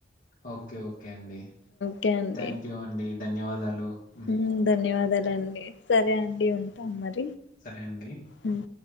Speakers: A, on the left; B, on the left.
A: ఓకే ఓకే అండి
B: అంటే అండి
A: థాంక్యూ అండి. ధన్యవాదాలు. హ్మ్.
B: ఉమ్ ధన్యవాద సరే అండి ఉంటాం మరి
A: సరే అండి
B: హ్మ్.